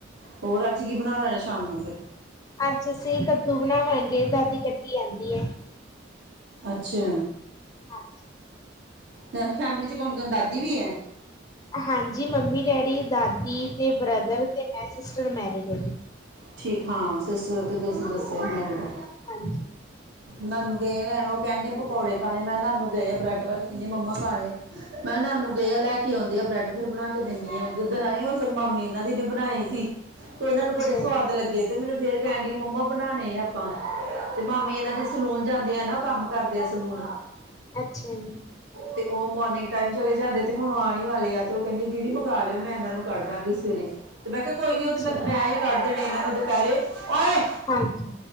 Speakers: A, on the right; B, on the left.
A: ਹੋਰ ਅੱਜ ਕੀ ਬਣਾ ਲਏ ਸ਼ਾਮ ਨੂੰ ਫਿਰ
B: ਅੱਜ ਅਸੀਂ ਕੱਦੂ ਬਣਾਵਾਂਗੇ ਦਾਦੀ ਕੱਟੀ ਜਾਂਦੀ ਹੈ
A: ਅੱਛਾ
B: ਹਾਂਜੀ
A: ਤੇ ਫੈਮਿਲੀ ਚ ਕੌਣ ਕੌਣ ਦਾਦੀ ਵੀ ਹੈ
B: ਹਾਂਜੀ ਮੰਮੀ ਡੈਡੀ ਦਾਦੀ ਤੇ ਬ੍ਰਦਰ ਤੇ ਮੈਂ ਸਿਸਟਰ ਮੈਰਿਡ ਹੈ ਜੀ
A: ਠੀਕ ਹਾਂ ਸਿਸਟਰ ਤੇ ਤੁਸੀਂ ਦੱਸਿਆ ਸੀ ਮੈਰਿਡ ਆ
B: ਹਾਂਜੀ
A: ਨਾਨੂੰ ਗਏ ਇਹ ਲੈਣ ਉਹ ਕਹਿਣਦੇ ਪਕੌੜੇ ਖਾਣੇ ਮੈਂ ਨਾਨੂੰ ਗਏ ਆ ਬ੍ਰੈਡ ਵਾਲੀ ਕਨੇ ਮੰਮਾ ਕਾਲੇ ਮੈਂ ਕਿਹਾ ਨਾਨੂ ਗਏ ਆ ਲੈ ਕੇ ਆਉਂਦੇ ਆ ਬ੍ਰੈਡ ਫਿਰ ਬਣਾ ਕੇ ਦਿੰਨੀ ਆ ਜਿੱਦਣ ਆਏ ਉਸ ਦਿਨ ਮਾਮੀ ਇਹਨਾਂ ਦੀ ਨੇ ਬਣਾਏ ਸੀ। ਤੇ ਉਹਨਾਂ ਨੂੰ
B: ਅੱਛਾ
A: ਬੜੇ ਸਵਾਦ
B: ਜੀ
A: ਲੱਗੇ ਤੇ ਮੈਨੂੰ ਫੇਰ ਕਹਿਣ ਡ ਮੰਮਾ ਬਣਾਣੇ ਆ ਆਪਾ। ਤੇ ਮਾਮੀ ਇਹਨਾਂ ਦੇ ਸਲੂਨ ਜਾਂਦੇ ਆ ਨਾ ਉਹ ਕੰਮ ਕਰਦੇ ਆ ਸਲੂਨ।
B: ਅੱਛਾ ਜੀ।
A: ਤੇ ਉਹ ਮੋਰਨਿੰਗ ਟਾਈਮ ਚਲੇ ਜਾਂਦੇ ਤੇ ਹੁਣ ਆਉਣ ਵਾਲੇ ਆ ਤੇ ਉਹ ਕਹਿੰਦੀ ਦੀਦੀ ਮੰਗਵਾ ਲਿਓ ਮੈਂ ਇਹਨਾਂ ਨੂੰ ਕੱਢ ਦਾਂਗੀ। ਸਵੇਰੇ ਤੇ ਮੈਂ ਕਿਹਾ ਕੋਈ
B: ਅੱਛਾ
A: ਨੀ
B: ਜੀ ਅੱਛਾ
A: ਉਹ ਤੇ ਮੈਂ,
B: ਜੀ
A: ਮੈਂ ਹੀ ਕੱਢ ਦੇਣੇ ਇਹਨਾਂ ਨੂੰ ਦੁਪਹਿਰੇ ਓਓਏ।
B: ਹਾਂਜੀ